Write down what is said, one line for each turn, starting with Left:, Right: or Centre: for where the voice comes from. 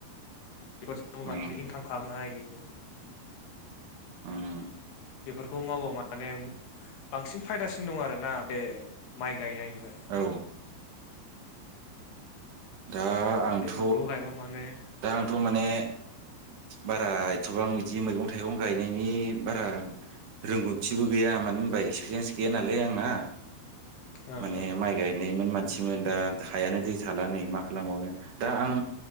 Left: बेफोरजों
Right: उम
Left: माने इनकाम खालामनो हायो
Right: ओम
Left: बेफोरखौ मावबा माने बांसिन फायदासिन दं आरोना बे माइक गायनाय निफ्राय
Right: औ दा आंथ'
Left: बेफोरखौ गायबा माने
Right: दा आंथ' माने
Left: ओ
Right: बारा एथ'बां बिदि मैगं थाइगं गायनायनि बारा रोंगौथिबो गैया मानो होनबा एक्सपिरियेन्स गैया नालाय आंना
Left: ओ
Right: माने
Left: ओ
Right: माइ गाय नैमोन मानसिमोन दा हायानो दै थानानै मा खालामबावनो दा आं